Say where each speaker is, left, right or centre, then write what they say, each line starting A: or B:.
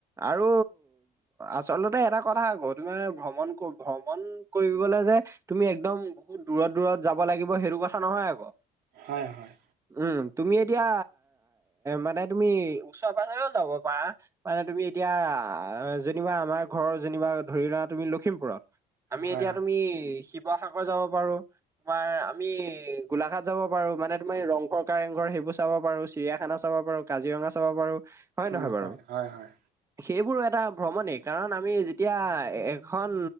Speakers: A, on the right; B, on the right.
A: আৰু আচলতে এটা কথা আকৌ তুমাৰ ভ্ৰমণ ভ্ৰমণ কৰিবলৈ যে তুমি একদম বহুত দূৰত দূৰত যাব লাগিব সেইটো কথা নহয় আ'ক।
B: হয় হয়।
A: উম তুমি এতিয়া মানে তুমি ওচৰে পাঁজৰেও যাব পাৰা মানে তুমি এতিয়া যেনিবা আমাৰ ঘৰৰ যেনিবা ধৰিলোৱা তুমি লক্ষিমপুৰত, আমি
B: হয়
A: এতিয়া
B: হয়
A: তুমি শিৱসাগৰ যাব পাৰো তোমাৰ আমি গোলাঘাট যাব পাৰো, মানে তুমাৰ ৰংঘৰ কাৰেংঘৰ সেই বোৰ চাব পাৰো, চিৰিয়াখানা চাব পাৰো, কাজিৰঙা চাব পাৰো, <unintelligible> নহয়
B: উ
A: বাৰু
B: হয় হয় হয়।
A: সেইবোৰো এটা ভ্ৰমণেই কাৰণ আমি যেতিয়া এখন